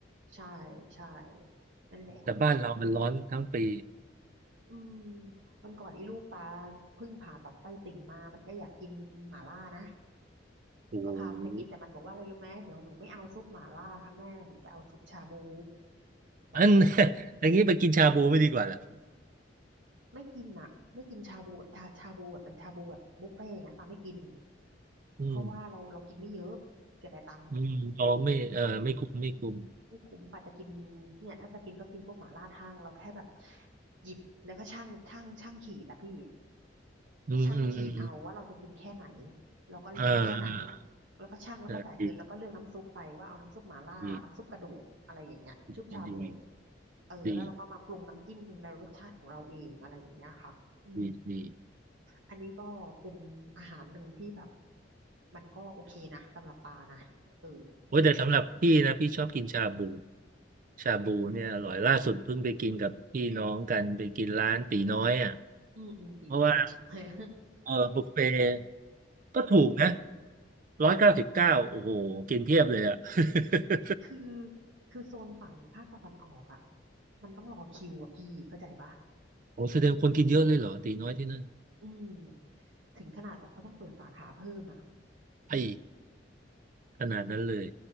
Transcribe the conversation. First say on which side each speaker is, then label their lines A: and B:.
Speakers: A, on the right; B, on the right.
A: ใช่ใช่นั่นแหละ
B: แต่บ้านเรามันร้อนทั้งปี
A: อืมวันก่อนอีลูกปาเพิ่งผ่าตัดไส้ติ่งมามันก็อยากกินหม่าล่านะ
B: โอ้โห
A: ก็พามันไปกินแต่มันบอกว่าอะไรรู้ไหมเดี๋ยวหนูไม่เอาซุปหม่าล่าค่ะแม่หนูจะเอาซุปชาบูบอกอย่างนี้
B: อัน <laughs> อย่างนี้ไปกินชาบูไม่ดีกว่าเหรอ
A: ไม่กินอ่ะไม่กินชาบูแบบชาชาบูแบบเป็นชาบูแบบบุฟเฟ่ต์อย่างนั้นปาไม่กิน
B: อืม
A: เพราะว่าเราเรากินไม่เยอะเสียดายตังค์
B: อืมอ๋อไม่เออไม่คุ้มไม่คุ้ม
A: อืมไม่คุ้มปาจะกินเนี่ยถ้าจะกินก็กินพวกหม่าล่าทั่งเราแค่แบบหยิบแล้วก็ช่างช่างช่างขีดอ่ะพี่
B: อืมอืมอืม
A: ช่างขีดเอาว่าเราจะกินแค่ไหนเราก็หยิบแค่นั้น
B: เออ
A: แล้วก็ช่างแล้วก็จ่ายเงินแล้วก็เลือกน้ำซุปไปว่าเอาน้ำซุปหม่าล่าน้ำซุปกระดูกอะไรอย่างเงี้ยชุบชาบู
B: เออดีดีดีดี
A: เออแล้วเราก็มาปรุงน้ำจิ้มในรสชาติของเราเองอะไรอย่างเงี้ยค่ะอืม
B: ดีดีดี
A: อันนี้ก็เป็นอาหารหนึ่งที่แบบมันก็โอเคนะสำหรับปลานะเออ
B: โอ้ยแต่สำหรับพี่นะพี่ชอบกินชาบูชาบูเนี่ยอร่อยล่าสุดเพิ่งไปกินกับพี่น้องกันไปกินร้านตีน้อยอ่ะ
A: อืมอืมตีน้อย
B: เพราะว่า
A: <laughs> ตีน้อย <laughs>
B: เออบุฟเฟ่ต์ก็ถูกนะร้อยเก้าสิบเก้าโอ้โหกินเพียบเลยอ่ะ <laughs>
A: คือคือโซนฝั่งภาคตะวันออกอ่ะมันต้องรอคิวอ่ะพี่เข้าใจปะ
B: โอ้แสดงคนกินเยอะเลยเหรอตีน้อยที่นั่น
A: อืมถึงขนาดแบบเขาต้องเปิดสาขาเพิ่มอ่ะ
B: ไอ้ขนาดนั้นเลย
A: อืม